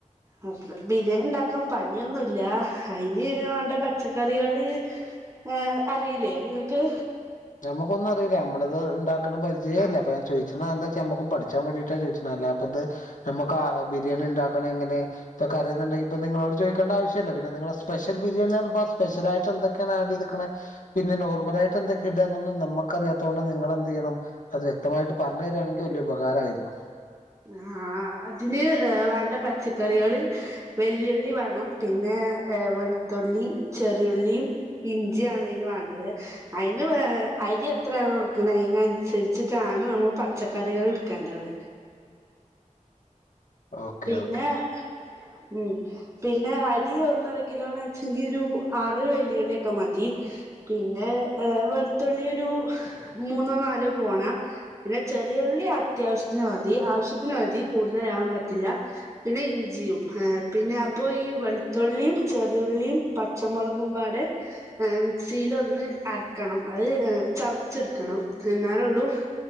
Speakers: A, on the right; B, on the left.
A: അ ബിരിയാണി ഉണ്ടാക്കാൻ പണിയൊന്നുംല്ല അയിന് വാണ്ട പച്ചക്കറിയാള് ഏ അറിയില്ലേ ഇങ്ങക്ക്?
B: നമ്മുക്കൊന്നും അറീല നമ്മളത്ണ്ടാക്ക്‌ണ പരിചയേ ഇല്ല അപ്പ ഞാൻ ചോയ്ച്ച്ണ എന്താച്ചാ ഞമ്മുക്കും പഠിച്ചാൻ വേണ്ടീട്ടാ ചോയ്ച്ച്ണെ അല്ലാ പ്പത് നമുക്ക് ബിരിയാണി ഉണ്ടാക്കണം എങ്ങനെ തൊക്കെ അറിംന്നുണ്ടെങ്കിൽ ഇപ്പ നിങ്ങളോട് ചോദിക്കേണ്ട ആവശ്യല്ല പിന്നെ നിങ്ങള്, സ്പെഷൽ, ബിരിയാണിന്ന്‌, പറഞ്ഞപ്പോ, സ്പെഷ്യലായിട്ട്, എന്തൊക്കെയാണ്, ആട്, ചെയ്തേക്കണെ, പിന്നെ, നോർമൽ, ആയിട്ട്, എന്തൊക്കെ? ഇടന്നൊന്നും, നമ്മക്കറിയാത്ത, കൊണ്ട്, നിങ്ങെന്ത്, ചെയ്യണം, അത്, വ്യക്തമായിട്ട്, പറഞ്ഞു, തരിയാണെങ്കിൽ, വലിയ, ഉപകാരമായിരുന്നു.
A: ആ, അതിന്, വേണ്ട, പച്ചക്കറികള്, വെല്ലുള്ളി, വേണം, പിന്നെ വെളുത്തുള്ളി, ചെറിയ ഉള്ളിയും, ഇഞ്ചിയും, ആണ്, അതിനു വേ അരി, എത്രയാണ്, കൊടുക്കണ, അതിനനുസരിച്ചിട്ടാണ്, നമ്മൾ പച്ചക്കറികൾ, എടുക്കേണ്ടത്.
B: Okay,
A: പിന്നെ
B: okay.
A: ഉം, പിന്നെ അരി, ഒന്നര കിലോന്ന്, വെച്ചെങ്കി, ഒരു, അറ്, വെല്ലുള്ളിയൊക്കെ, മതി. പിന്നെ, ഏ, വെളുത്തുള്ളി, ഒരു, മൂന്നോ, നാലോ, പോണ, പിന്നെ, ചെറിയ, ഉള്ളി ഉള്ളി, അത്യാവശ്യത്തിന്, മതി, ആവശ്യത്തിന്, മതി, കൂടുതലാവാൻ പ ഇല്ല, പിന്നെ ഇഞ്ചിയും, പിന്നെ, അപ്പ, ഈ, വെളുത്തുള്ളിയും, ചെറിയുള്ളിയും, പച്ച മുളകുമ്പാടെ മിക്സിൽ ഒന്ന് അരക്കണം അത് ചതച്ചെടുക്കണം. എന്നാലള്ളൂ